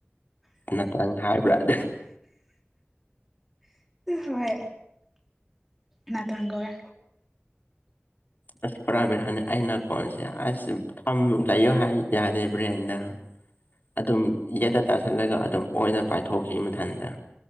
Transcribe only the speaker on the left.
ꯅꯠꯇꯪ ꯍꯥꯏꯕ꯭ꯔꯥ ꯑꯗꯨ
ꯑꯁ ꯄꯨꯔꯥꯕꯤꯔꯥꯅꯤ ꯑꯩꯅ ꯀꯣꯟꯁꯦ ꯑꯁ ꯊ ꯂꯩꯌꯣ ꯍꯥꯏ ꯌꯥꯗꯦ ꯕ꯭ꯔꯦꯟꯗ ꯑꯗꯨꯝ ꯌꯦꯠꯇ ꯇꯥꯥꯁꯜꯂꯒ ꯑꯗꯨꯝ ꯑꯣꯏꯅ ꯄꯥꯏꯊꯣꯛꯈꯤ ꯃꯊꯟꯇ